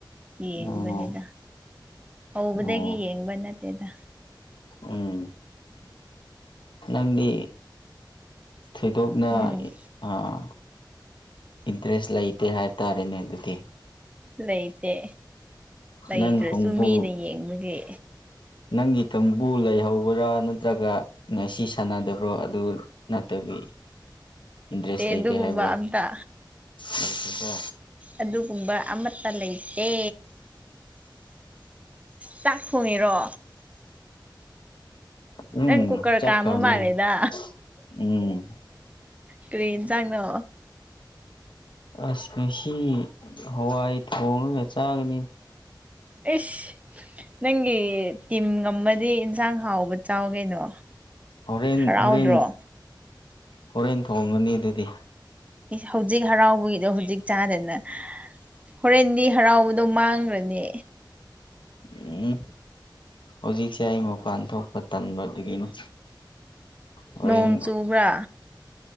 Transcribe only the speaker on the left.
ꯑꯣ
ꯑꯣ
ꯎꯝ ꯅꯪꯗꯤ ꯊꯣꯏꯗꯣꯛꯅ
ꯑꯥ ꯏꯟꯇꯔꯦꯁ ꯂꯩꯇꯦ ꯍꯥꯏꯇꯥꯔꯦꯅꯦ ꯑꯗꯨꯗꯤ
ꯅꯪ ꯀꯥꯡꯕꯨ
ꯅꯪꯒꯤ ꯀꯥꯡꯕꯨ ꯂꯩꯍꯧꯕ꯭ꯔꯥ ꯅꯠꯇ꯭ꯔꯒ ꯉꯁꯤ ꯁꯥꯟꯅꯗꯕ꯭ꯔꯣ ꯑꯗꯨ ꯅꯠꯇꯕꯤ ꯏꯟꯇꯔꯦꯁ ꯂꯩꯇꯦ
ꯍꯥꯏꯕ꯭ꯔꯣ
ꯂꯩꯇꯦꯀꯣ
ꯎꯝ
ꯆꯥꯛ
ꯀꯥꯝꯃꯤ
ꯎꯝ
ꯑꯁ ꯃꯁꯤꯁꯤ ꯍꯋꯥꯏ ꯊꯣꯡꯅꯅ ꯆꯥꯒꯅꯤ
ꯍꯣꯔꯦꯟ
ꯍꯣꯔꯦꯟ ꯍꯣꯔꯦꯟ ꯊꯣꯡꯒꯅꯤ ꯑꯗꯨꯗꯤ
ꯎꯝ ꯍꯧꯖꯤꯛꯁꯦ ꯑꯩ ꯃꯄꯥꯟ ꯊꯣꯛꯄ ꯇꯟꯕꯗꯨꯗꯒꯤꯅꯤ ꯍꯣꯔꯦꯟ